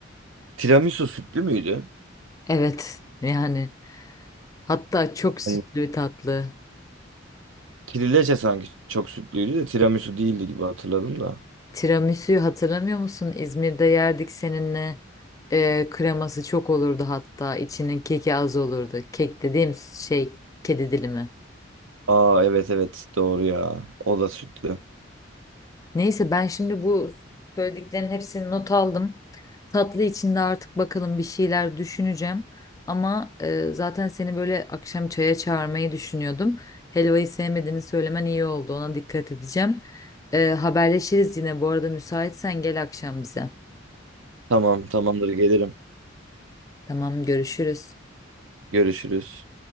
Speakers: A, on the right; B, on the left.
A: Tiramisu sütlü müydü?
B: Evet yani hatta çok sütlü
A: Hani
B: bir tatlı.
A: kirileçe sanki çok sütlüydü de tiramisu değildi gibi hatırladım da.
B: Tiramisu'yu hatırlamıyor musun? İzmir'de yerdik seninle. Ee, kreması çok olurdu hatta. İçinin keki az olurdu. Kek dediğim şey kedi dilimi.
A: Aa evet evet doğru ya. O da sütlü.
B: Neyse ben şimdi bu söylediklerin hepsini not aldım. Tatlı içinde artık bakalım bir şeyler düşüneceğim. Ama e, zaten seni böyle akşam çaya çağırmayı düşünüyordum. Helvayı sevmediğini söylemen iyi oldu. Ona dikkat edeceğim. Ee, haberleşiriz yine. Bu arada müsaitsen gel akşam bize.
A: Tamam tamamdır gelirim.
B: Tamam görüşürüz.
A: Görüşürüz.